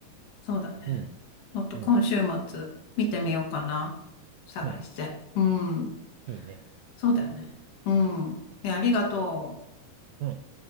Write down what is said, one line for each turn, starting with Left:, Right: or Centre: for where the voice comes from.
Left: そうだね。
Right: うん、
Left: もっと今週末見てみようかな。
Right: うん、
Left: 探して。
Right: うん。
Left: うん。
Right: いいね。
Left: そうだよね。うん。え、ありがとう。
Right: うん。